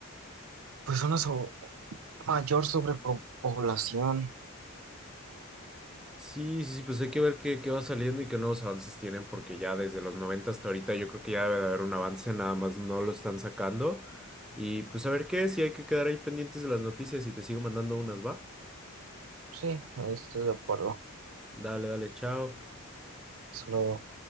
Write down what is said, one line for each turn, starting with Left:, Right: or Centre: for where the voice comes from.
Right: pues, una so- mayor sobrepoblación?
Centre: Sí, sí, sí, pues hay que ver qué, qué va saliendo y qué nuevos avances tienen, porque ya desde los 90 hasta ahorita yo creo que ya debe de haber un avance, nada más no lo están sacando. Y pues a ver qué, si hay que quedar ahí pendientes de las noticias y te sigo mandando unas, ¿va?
Right: Sí, estoy de acuerdo.
Centre: Dale, dale, chao.
Right: Solo